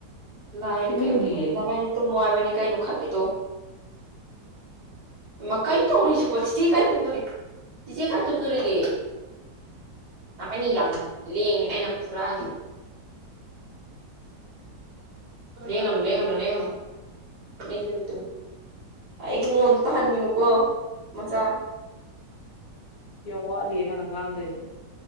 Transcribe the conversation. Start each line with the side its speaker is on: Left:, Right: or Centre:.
Right: ꯂꯥꯏ
Left: ꯑꯁ ꯁꯦꯠꯅꯤꯡꯗꯤꯌꯦ
Right: ꯀꯩ ꯀ <inaudible> ꯅꯕꯥꯏꯅꯤ ꯇꯨꯝꯃꯨ ꯍꯥꯏꯕꯅꯤ ꯀꯩꯅꯣ ꯈꯠꯂꯤꯗꯣ
Left: <inaudible>
Right: ꯃꯥ ꯀꯩꯅꯣ ꯇꯧꯅꯩꯖꯤꯕꯣ ꯆꯤꯆꯦ ꯀꯥꯏ ꯇꯨꯝꯗꯣꯔꯤꯒꯦ ꯆꯤꯆꯦ ꯀꯥꯏ ꯇꯨꯝꯗꯣꯔꯤꯒꯦ ꯅꯕꯅꯤ ꯌꯥꯝ ꯂꯦꯡꯉꯦ ꯑꯩꯅ ꯐꯨꯔꯛꯑꯅꯤ ꯂꯦꯡꯒꯅꯨ ꯂꯦꯡꯒꯅꯨ ꯂꯦꯡꯒꯅꯨ ꯂꯦꯡꯗꯕꯤ ꯇꯨꯝꯃꯨ ꯑꯩꯒꯤ ꯃꯣꯟꯗꯨ ꯇꯥꯍꯟꯒꯤꯅꯨꯀꯣ ꯃꯆꯥ
Left: ꯌꯥꯝ ꯋꯥꯠꯂꯤꯌꯦ ꯅꯪꯅ ꯉꯥꯡꯗꯣꯏꯖꯦ